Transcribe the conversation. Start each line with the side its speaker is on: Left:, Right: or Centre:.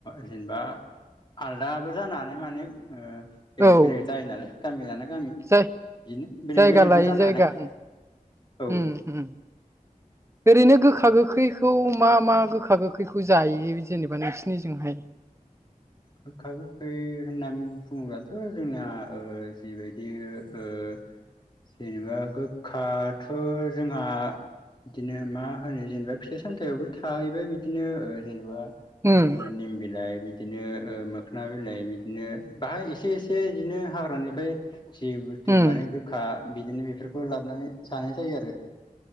Left: जेनेबा आलदाबो जानो हानाय माने ओ बेलेक
Right: औ
Left: बेलेग जायो नालाय गामि लानाय गामि बिदिनो
Right: जाय
Left: बेलेग
Right: जायगा
Left: बेलेगबो
Right: लायै
Left: जानो
Right: जायगा
Left: हानाय
Right: उम
Left: औ।
Right: उम ओरैनो गोखा गोखैखौ मा मा गोखा गोखैखौ जायो जेनेबा नोंसिनिजोंहाय? <inaudible>
Left: गोखा गोखै होननानै बुङोब्लाथ जोंना ओ जिबाय दि ओ जेनेबा गोखाथ जोंहा बिदिनो मा होनो जेनेबा फिथाइ सामथाययावबो थाहैबाय बिदिनो ओ जेनेबा
Right: उम
Left: ओ निम बिलाइ बिदि दिनो ओ मोखोना बिलाइ बिदिनो बाहाय एसे एसे बिदिनो हाग्रानिफाय जि बुस्थु
Right: उम
Left: माने गोखा बिदिनो बेफोरखौ लाबोनानै जानाय जायो आरो।